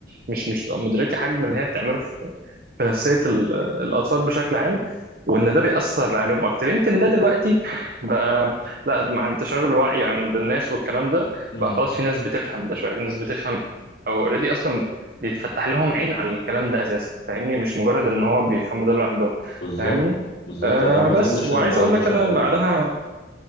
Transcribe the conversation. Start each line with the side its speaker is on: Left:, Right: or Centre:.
Right: مش مش بتبقى مدركه حجم اللي هي بتعمله في في نفسيه ال- الاطفال بشكل عام وان ده بيأثر عليهم اكتر يمكن ده دلوقتي بقى لا مع انتشار الوعي عند الناس والكلام ده
Left: امم
Right: بقى خلاص في ناس بتفهم ده شويه في ناس بتفهم او اوريدي اصلا بيتفتح لهم عين على الكلام ده اساسا فاهمني مش مجرد ان هو بيفهموا ده لوحده
Left: بالظبط
Right: فاهمني
Left: بالظبط
Right: آه
Left: يعني انا ما
Right: بس
Left: اظنش
Right: وعايز
Left: ان الموضوع
Right: اقول
Left: ده
Right: لك
Left: شغال
Right: انا بعدها